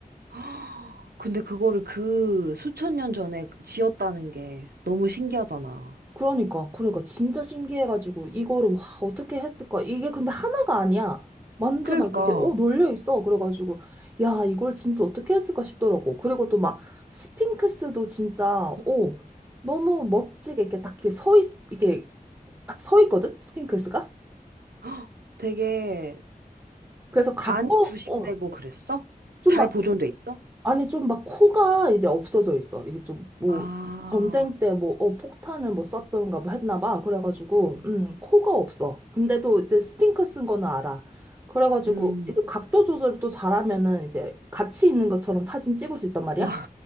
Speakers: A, on the right; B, on the right.
A: <gasps> 헉, 근데 그거를 그 수천 년 전에 지었다는 게 너무 신기하잖아.
B: 그러니까, 그러니까 진짜 신기해가지고 이거를 와 어떻게 했을까? 이게 근데 하나가 아니야. 완전
A: 그러니까
B: 막 이렇게 어 놀려 있어. 그래가지고 야 이걸 진짜 어떻게 했을까 싶더라고. 그리고 또 막 스핑크스도 진짜
A: <gasps>
B: 어
A: 응.
B: 너무 멋지게 이렇게 딱 이렇게 서 있, 이게 딱 서 있거든 스핑크스가.
A: 헉, 되게
B: 그래서 각도
A: 안 부식되고
B: 어좀
A: 그랬어? 잘
B: 막
A: 보존돼 있어?
B: 아니, 좀 막 코가 이제 없어져 있어. 이게 좀 뭐,
A: 아,
B: 전쟁 때 뭐, 어, 폭탄을 뭐 썼던가 뭐 했나 봐. 그래가지고,
A: 응,
B: 음, 코가 없어. 근데도 이제 스핑크 쓴 거는 알아. 그래가지고,
A: 응.
B: 이거 각도 조절을 또 잘하면은 이제 같이 있는 것처럼 사진 찍을 수 있단 말이야?
A: 와,